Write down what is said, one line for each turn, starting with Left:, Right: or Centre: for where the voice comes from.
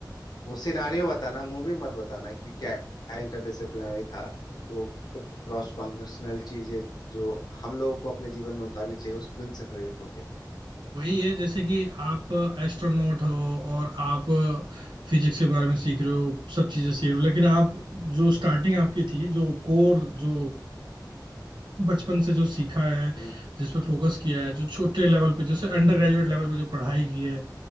Left: वो सिनारियो बताना मूवी मत बताना कि क्या क्या इंटरडिसिप्लिनरी था वो क्रॉस फंक्शनल चीजें जो हम लोगों को अपने जीवन में उतारनी चाहिए उस फिल्म से प्रेरित होके
Right: वही है जैसे कि आप एस्ट्रोनॉट हो और आप फिजिक्स के बारे में सीख रहे हो सब चीजें सीख रहे हो लेकिन आप जो स्टार्टिंग आपकी थी जो कोर जो बचपन से जो सीखा है
Left: हम्म
Right: जिस पे फोकस किया है जो छोटे लेवल पे जैसे अंडर
Left: हम्म
Right: ग्रेजुएट
Left: हम्म
Right: लेवल पे जो पढ़ाई की है